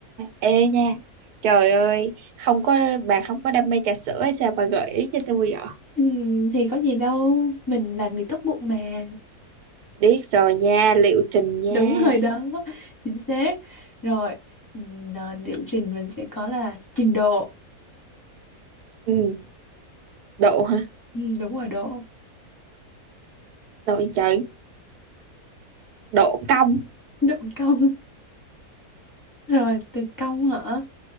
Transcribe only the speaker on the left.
Ừ, thì có gì đâu mình là người tốt bụng mà
đúng rồi đó chính xác rồi ừ, à, liệu trình mình sẽ có là trình độ
ừ, đúng rồi độ
độ công <laughs> rồi từ công hả